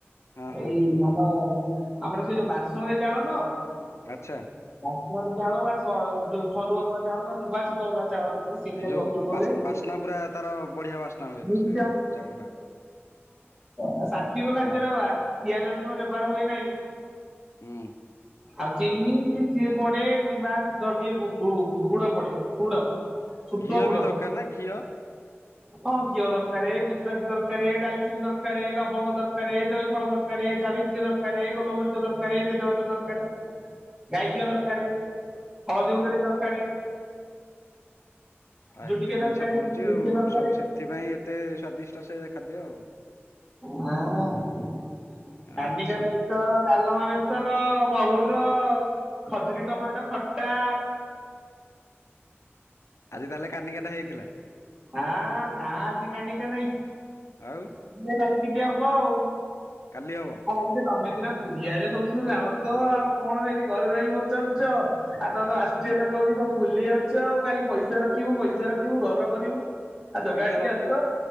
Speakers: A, on the left; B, on the right.
A: ହଁ ହଁ
B: ଏଇ ଆମ ଆମର ସେଇ ବାସୁମତି ଚାଉଳ ନୁହଁ
A: ଆଚ୍ଛା।
B: ବାସୁମତି ଚାଉଳ ବା ସ ଯଅ ସରୁ ଅରୁଆ ଚାଉଳ ବା ସୁବାସିତ ଅରୁଆ ଚାଉଳ ଯୋଉଟା <unintelligible> ସେଥିରେ
A: ଏଇ ଯୋଉ
B: ପ୍ରସ୍ତୁତ ହୁଏ
A: ବାସ୍ନା ପୁରା ତାର ବଢିଆ ବାସ୍ନା ହୁଏ
B: ନି <unintelligible> <unintelligible>
A: ସେ ଚାଉଳ ଟା
B: ସ୍ଵାତ୍ବିକ ଖାଦ୍ୟରେ
A: ହଁ।
B: ବାବା ପିଆଜ ରସୁଣ ବ୍ୟବହାର ହୁଏ ନାହିଁ।
A: ହୁଁ।
B: ଆଉ ଚିନି ସିଏ ପଡେ କିମ୍ବା ଶୁଦ୍ଧ ଟିକେ ଗୁ ଗୁ ଗୁଡ଼ ପଡିବ ଗୁଡ। ଶୁଦ୍ଧ
A: ଘିଅ
B: ଗୁଡ।
A: ବି ଦରକାର ନା ଘିଅ
B: ହଁ ଘିଅ ଦରକାରେ ଗୁଜୁରାତି ଦରକାରେ ଡାଲି ଚିନି ଦରକାରେ ଲବଙ୍ଗ ଦରକାରେ ଜଇ ଫଳ ଦରକାରେ ଜାବିତ୍ରି ଦରକାରେ ଗୋଲମରିଚ ଦରକାରେ ତେଜପତ୍ର ଦରକାରେ
A: <inaudible>
B: ଗାଈ ଘିଅ ଦରକାରେ ହଳଦୀ ଗୁଣ୍ଡଟି ଦରକାରେ
A: ଆଉ ଏତେ
B: ଟିକେ
A: ଜିନିଷ
B: ଦରକାର
A: ପଡୁଚି
B: କିସମିସ
A: ଆଉ
B: ଟିକେ ଦରକାର
A: ସବୁ ସେଥିପାଇଁ ଏତେ ସ୍ଵାଦିଷ୍ଟ ସେ ଖାଦ୍ୟ ଆଉ।
B: ହୁଁ କାନିକା
A: ଆଚ୍ଛା
B: ପାଇଁ ଭାତ ଡାଲମା ବେଶର ମହୁର ର ଖଜୁରୀ ଟମାଟୋ ଖଟା।
A: ଆଜି ତାହେଲେ କାନିକାଟା ହେଇଥିଲା।
B: ଆ ନା ଆଜି କାଲିକା ନାହିଁ।
A: ଆଉ
B: <unintelligible> ଆଉ
A: କାଲି ହେବ?
B: ଆଉ ମାଳିକେ ତମେ ସିନା ପୁରୀ ଆଇଲେ ହେଲେ ସବୁୁ ଥିରୁ ଜାଣନ୍ତ ଆଉ କଣ ସେଇଠି ଘରେ ରହିକି ପଚାରୁଚ। ଆଉ ତମେ ଆଷ୍ଟ୍ରୀୟ
A: ଆଜି
B: ଲୋକ ବୋଲି ସବୁ ଭୁଲି ଯାଉଛ ଆଉ କାଲି ପଇସା ରଖିବୁ ପଇସା ରଖିବୁ ଘର କରିବୁ। ଆଉ ଜଗା
A: ପଇସା
B: ଟିକେ
A: ରଖିବୁ
B: ଆସ